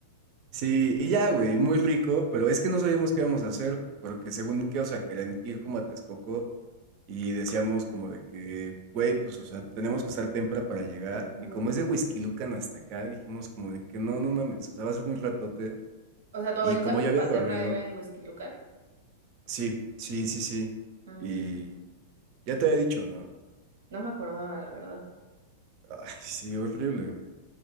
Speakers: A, on the right; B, on the right.
A: Sí, y ya, güey, muy rico, pero es que no sabíamos qué íbamos a hacer, porque según que, o sea, querían ir como a Texcoco Y decíamos como de que, güey, pues, o sea, tenemos que estar temprano para llegar.
B: Ujú.
A: Y como es de Huixquilucan hasta acá, dijimos como de que no, no mames, o sea, va a ser un ratote.
B: O sea, tu
A: Y
B: abuelita
A: como ya había
B: paterna
A: dormido,
B: vive en Huixquilucan.
A: sí, sí, sí, sí.
B: Ah,
A: Y ya te había dicho, ¿no?
B: no me acordaba, la verdad.
A: Ay, sí, horrible, güey.